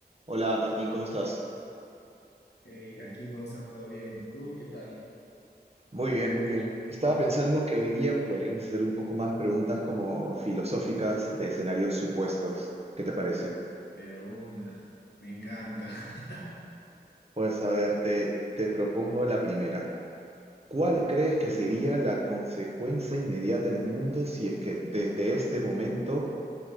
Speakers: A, on the right; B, on the left.
A: Hola Martín, ¿cómo estás?
B: Hey, aquí Gonza, todo bien. ¿Tú qué tal?
A: Muy bien, muy bien. Estaba pensando que hoy día podríamos hacer un poco más preguntas como filosóficas de escenarios supuestos. ¿Qué te parece?
B: De una, me encanta. <laughs>
A: Pues a ver, te, te propongo la primera. ¿Cuál crees que
B: A ver,
A: sería la consecuencia inmediata en el mundo si es que desde este momento